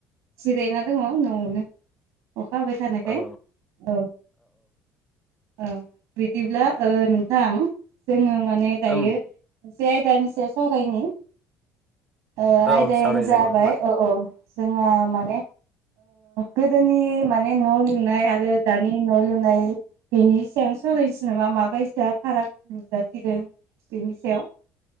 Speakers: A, on the right; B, in the centre.
A: जिरायना दङ न'आवनो अखा हाबाय थानायखाय
B: औ
A: औ। औ बिदिब्ला नोंथां जोङो माने दायो
B: ओम
A: से आयदानि सायाव सावरायनि। आयदायानो
B: औ सावरायजायो
A: जाबाय
B: मा
A: औ औ जोंहा माने गोदोनि माने न' लुनाय आरो दानि न' लुनाय बेनि सिगां <unintelligible> माबायसा फाराग नुजाथिदों बेनि सायाव।